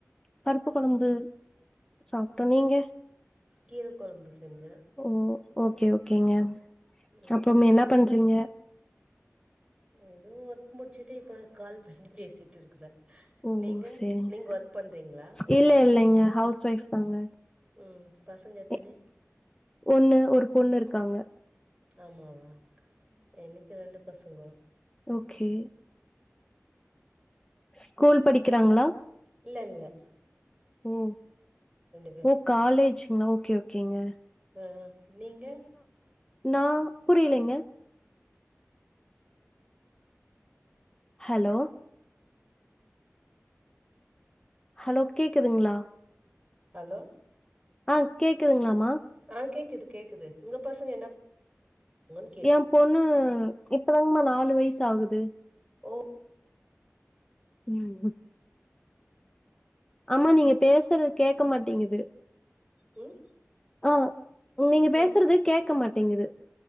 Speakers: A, on the left; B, on the right.
A: பருப்பு கொழம்பு சாப்ட்டோ நீங்க
B: கீரைக்கொழம்பு செஞ்ச
A: ஓ ஓக்கே ஓக்கேங்க
B: ம்
A: அப்புறம்
B: தொட்டுக்கத்
A: என்ன பண்றீங்க
B: எதோ ஒர்க் முடிச்சுட்டு இப்போ கால் பண்ணி பேசிட்டு இருக்குற
A: ஓ!
B: நீங்க
A: சரிங்க.
B: நீங்க ஒர்க் பண்றீங்களா ஹவுஸ்
A: இல்ல
B: ஒய்ஃபா
A: இல்லைங்க. ஹவுஸ் ஒய்ஃப் தாங்க.
B: ஆ பசங்க எத்தினி
A: எ ஒண்ணு ஒரு பொண்ணு இருக்காங்க
B: ஆமாவா எனக்கு ரெண்டு பசங்கோ
A: ஓக்கே ஸ்கூல் படிக்கிறாங்களா
B: இல்லல்ல
A: ஓ
B: பேரு
A: ஓ காலேஜுங்க ஓக்கே ஓக்கேங்க
B: ஆ நீங்க
A: நா புரியலைங்க ஹலோ ஹலோ கேக்குதுங்களா
B: ஹலோ
A: ஆ கேக்குதுங்களாமா
B: ஆ கேக்குது கேக்குது உங்க பசங்க என்னப் <inaudible> கேட்ட
A: ஏ பொண்ணு இப்பதாங்கமா நாலு வயசு ஆகுது
B: ஓ
A: ம் ஆமா நீங்க பேசறது கேட்க மாட்டிங்குது
B: ம்
A: ஆ நீங்க
B: பிளே
A: பேசுறது கேட்க மாட்டிங்குது